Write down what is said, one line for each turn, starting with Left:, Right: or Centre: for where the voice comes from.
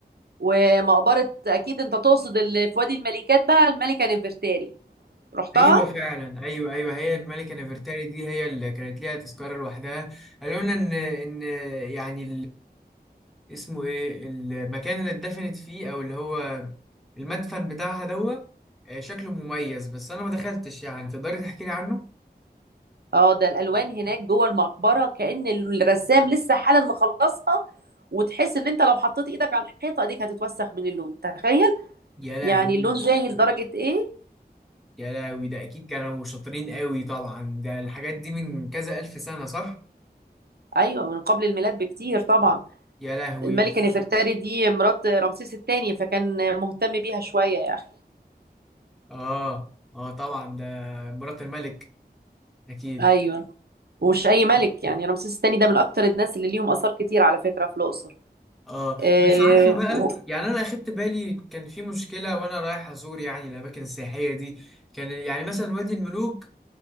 Right: ومقبرة أكيد انت تقصد اللي في وادي الملكات بقى الملكة نفرتاري رحتها؟
Centre: ايوه فعلا ايوه ايوه هي الملكه نفرتاري دي هي اللي كانت ليها تذكره لوحدها قالوا لنا ان ان يعني اسمه ايه المكان اللي اتدفنت فيه او اللي هو المدفن بتاعها دوا آه، شكله مميز بس انا ما دخلتش يعني تقدري تحكي لي عنه
Right: اه ده الألوان هناك جوه المقبرة كأن الرسام لسه حالا مخلصها وتحس ان انت لو حطيت ايدك على الحيطة ايديك هتتوسخ من اللون تخيل
Centre: يا لهوي
Right: يعني اللون زاهي لدرجة ايه؟
Centre: يا لهوي ده اكيد كانوا شاطرين قوي طبعا ده الحاجات دي من كذا الف سنة صح
Right: ايوه من قبل الميلاد بكتير طبعا
Centre: يا لهوي
Right: الملكة نفرتاري دي مرات رمسيس الثاني فكان مهتم بيها شوية يعني
Centre: اه اه طبعا ده مرات الملك اكيد
Right: أيوة ومش أي ملك يعني رمسيس الثاني ده من أكتر الناس اللي ليهم آثار كتير على فكرة في الأقصر
Centre: اه
Right: إيه
Centre: بس عارفه بقى
Right: و...
Centre: يعني انا اخدت بالي كان في مشكله وانا رايح ازور يعني الاماكن السياحيه دي كان يعني مثلا وادي الملوك